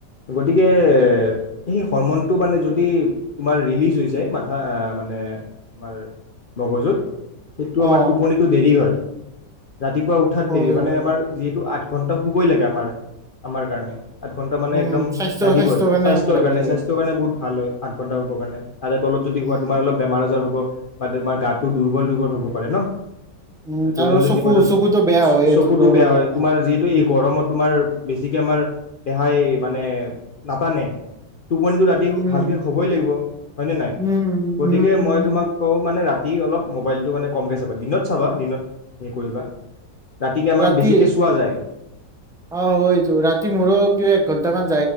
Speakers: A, on the left; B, in the centre.
A: গতিকে সেই হৰমনটো মানে যদি তোমাৰ ৰিলিজ হৈ যায় মাথা মানে তোমাৰ মগজুত সেইটো
B: অ
A: আমাৰ টোপনিটো দেৰি হয় ৰাতিপুৱা উঠাত
B: হয়
A: দেৰি মানে
B: হয়
A: আমাৰ
B: হয়।
A: যিহেতু <unintelligible> ঘণ্টা শুবই লাগে আমাৰ আমাৰ কাৰণে আঠ ঘণ্টা মানে
B: উম
A: একদম
B: স্বাস্থ্য
A: লাগিবই
B: স্বাস্থ্যৰ কাৰণে
A: স্বাস্থ্যৰ
B: লাগে
A: কাৰণে স্বাস্থ্যৰ কাৰণে বহুত ভাল হয় আঠ ঘণ্টা উপওৰণে। তাৰ তল যদি
B: উম
A: শুৱা তোমাৰ অলপ বেমাৰ আজাৰ হ'ব বা তোমাৰ গাটো দুৰ্বল দুৰ্বল হ'ব পাৰে ন
B: উম
A: দৈনন্দিন
B: আৰু চকু
A: জীৱনত
B: চকুতো বেয়া হয় এইটোতো
A: চকুতো বেয়া
B: নকওঁ
A: হয় তোমাৰ যিহেতু এই গৰমত তোমাৰ বেছিকৈ আমাৰ দেহাই মানে নাটানে। টোপনি টু ৰাতি
B: উম
A: ভালকৈ হ'বই লাগিব হয়নে নাই
B: উম
A: গতিকে
B: উম উম
A: মই তোমাক মানে ৰাতি অলপ মোবাইলটো মানে কমকৈ চাবা দিনত চাবা দিনত হেৰি কৰিবা ৰাতিকে আমাৰ
B: ৰাতি
A: বেছিকে চোৱা যায়
B: অ হয়টো ৰাতি মোৰোএক ঘণ্টা মান